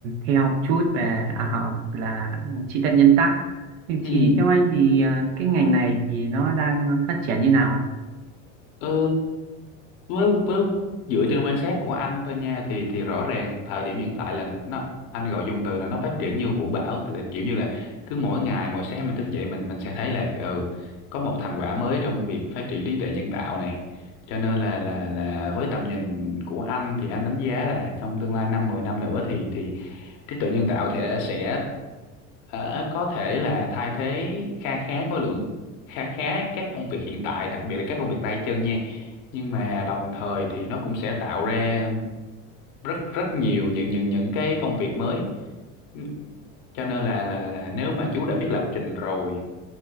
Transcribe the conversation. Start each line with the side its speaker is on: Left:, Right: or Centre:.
Right: theo chút về à, họ là trí tuệ nhân tạo thì,
Left: ừ
Right: thì theo anh thì ờ, cái ngành này thì nó đang phát triển như nào ạ
Left: ờ, với với dựa trên quan sát của anh thôi nha thì thì rõ ràng thời điểm hiện tại là nó anh gọi dùng từ là nó phát triển như vũ bão tức là kiểu như là cứ mỗi ngày mỗi sáng mình thức dậy mình mình sẽ thấy là ừ có một thành quả mới trong việc phát triển trí tuệ nhân tạo này cho nên là là là với tầm nhìn của anh thì anh đánh giá là trong tương lai năm 10 năm nữa thì thì trí tuệ nhân tạo thì sẽ ờ, có thể là thay thế kha khá khối lượng khá khá các công việc hiện tại đặc biệt là các công việc tay chân nha nhưng mà đồng thời thì nó cũng sẽ tạo ra rất rất nhiều những những những cái công việc mới Ừ, cho nên là là là nếu mà chú đã biết lập trình rồi